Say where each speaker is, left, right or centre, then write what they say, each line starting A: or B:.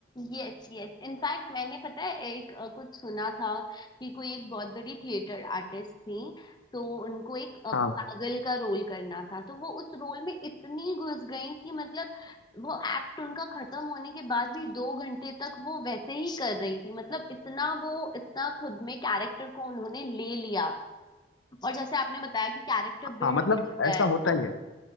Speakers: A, on the left (about 20°); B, on the left (about 85°).
A: यस यस इनफैक्ट मैंने पता है एक अ, कुछ सुना था कि कोई एक बहुत बड़ी थिएटर आर्टिस्ट थी तो उनको एक अ, पागल
B: हाँ
A: का रोल करना था तो वो उस रोल में इतनी घुस गई कि मतलब वो एक्ट उनका खत्म होने के बाद भी दो घंटे तक वो वैसे ही कर रही थी मतलब इतना वो इतना खुद में कैरेक्टर को उन्होंने ले लिया और जैसे आपने बताया कि कैरेक्टर
B: हाँ
A: बिल्ड
B: मतलब
A: भी होता
B: ऐसा
A: है
B: होता
A: हम
B: ही है